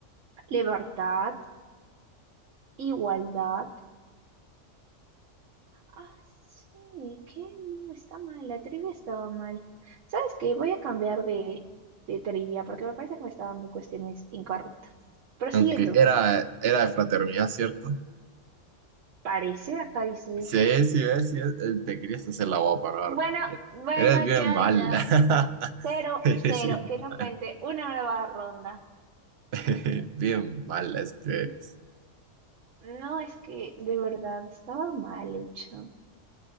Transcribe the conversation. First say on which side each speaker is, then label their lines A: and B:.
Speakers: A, on the right; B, on the right.
A: libertad, igualdad Ah, sí, ¿qué? No, está mal, la trivia estaba mal. ¿Sabes qué? Voy a cambiar de, de trivia porque me parece que me está dando cuestiones incorrectas. Prosigue
B: Aunque
A: tú.
B: era, era de fraternidad, ¿cierto?
A: Parece, acá dice
B: Sí,
A: eso.
B: sí, ves, sí, ves, eh, Te querías hacer la boba para
A: Bueno,
B: darme el punto.
A: bueno,
B: Eres bien
A: ya,
B: mala.
A: ya.
B: <laughs>
A: Cero,
B: Eres
A: cero,
B: bien
A: que no
B: mala.
A: cuente una nueva ronda.
B: <laughs> Bien mala, es que eres.
A: No, es que de verdad estaba mal hecho.